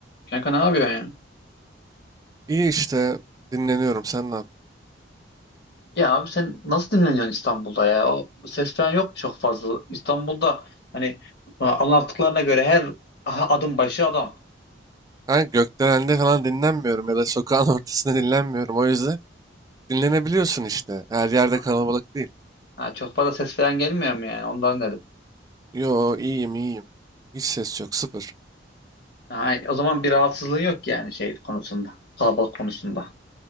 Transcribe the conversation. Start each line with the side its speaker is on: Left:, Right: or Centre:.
Left: Kanka ne yapıyorsun ya?
Right: İyi işte dinleniyorum. Sen ne yapıyorsun?
Left: Ya abi sen nasıl dinleniyorsun İstanbul'da ya? O ses falan yok mu çok fazla? İstanbul'da hani e, anlattıklarına göre her aha, adım başı adam.
Right: Ben gökdelende falan dinlenmiyorum ya da sokağın <laughs> ortasında dinlenmiyorum. O yüzden dinlenebiliyorsun işte. Her yerde
Left: Ha,
Right: kalabalık değil.
Left: ha, çok fazla ses falan gelmiyor mu yani? Ondan dedim.
Right: Yo iyiyim iyiyim. Hiç ses yok sıfır.
Left: Ha, o zaman bir rahatsızlığın yok yani şey konusunda. Kalabalık konusunda.